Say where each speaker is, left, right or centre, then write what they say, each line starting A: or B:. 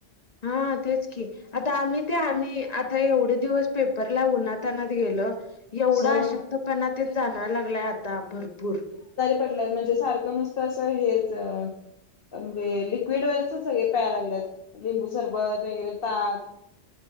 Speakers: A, on the left; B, on the left.
A: हा तेच की आता आम्ही ते आम्ही आता एवढे दिवस पेपर ला उनातनात गेलो एवढा
B: होय
A: आशक्तपणा ते जाणवायला लागलाय आता भरपूर
B: पटल्या म्हणजे सारखं नुसतं अस हेच म्हणजे लिक्विड वच सगळे प्याय लागलेत लिंबू सरबत वगैरे ताक <inaudible>